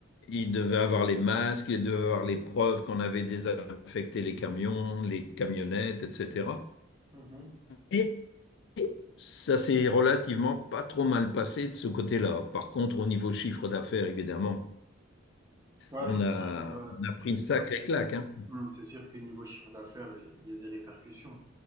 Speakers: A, on the left; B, on the right.
A: Ils devaient avoir les masques, ils devaient avoir les preuves qu'on avait désinfecté les camions, les camionnettes, etc.
B: Mmh
A: Mais ça s'est relativement pas trop mal passé de ce côté-là. Par contre, au niveau chiffre d'affaires, évidemment,
B: Ouais,
A: on
B: c'est
A: a,
B: sûr, c'est ouais,
A: on a pris
B: c'est
A: une sacrée
B: sûr
A: claque, hein.
B: mmh, c'est sûr que niveau chiffre d'affaires, il y a des répercussions.